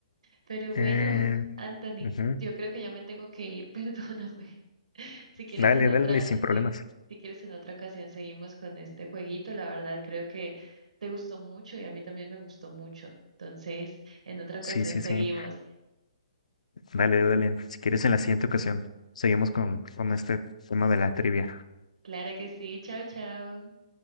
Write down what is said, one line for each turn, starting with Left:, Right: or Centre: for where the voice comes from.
Right: Pero bueno,
Left: Eh,
Right: Anthony,
Left: ujú.
Right: yo creo que ya me tengo que ir, <laughs> perdóname. Si quieres
Left: Dale,
Right: en otra,
Left: dale, sin problemas.
Right: si, si quieres en otra ocasión seguimos con este jueguito. La verdad, creo que te gustó mucho y a mí también me gustó mucho. Entonces, en otra
Left: Sí,
Right: ocasión
Left: sí,
Right: seguimos.
Left: sí. Dale, dale. Si quieres, en la siguiente ocasión seguimos con, con este tema de la trivia.
Right: Claro que sí. Chao, chao.